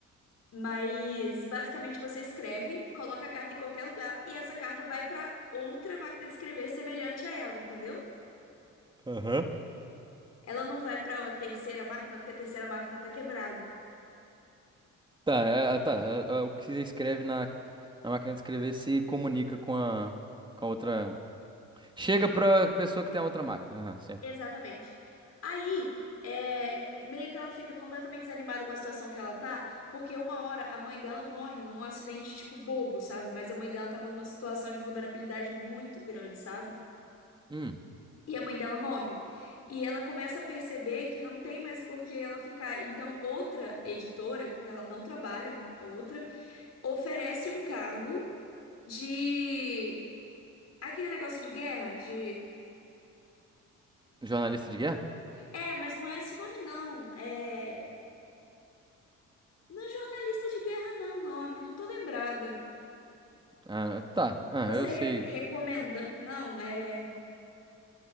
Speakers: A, on the left (about 55°); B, on the right (about 15°).
A: Mas basicamente você escreve, coloca a carta em qualquer lugar e essa carta vai para outra máquina de escrever semelhante a ela, entendeu?
B: Aham.
A: Ela não vai para a terceira máquina, porque a terceira máquina tá quebrada.
B: Tá, é, tá. é, é, o que você escreve na, na máquina de escrever se comunica com a, com a outra. Chega pra pessoa que tem a outra máquina. Aham, certo.
A: Exatamente. Aí, é, meio que ela fica completamente desanimada com a situação que ela tá, porque uma hora a mãe dela morre num acidente tipo bobo, sabe? Mas a mãe dela tava numa situação de vulnerabilidade muito grande, sabe?
B: Hum.
A: E a mãe dela morre. E ela começa a perceber que não tem mais por que ela ficar. Então, outra editora, que ela não trabalha, uma outra, oferece um cargo de. Aquele negócio de guerra, de.
B: Jornalista de guerra?
A: É, mas não é esse nome, não. É. Não é jornalista de guerra, não, o nome. Não tô lembrada.
B: Ah, tá. Ah,
A: Você
B: eu
A: re-
B: sei.
A: recomenda. Não, é.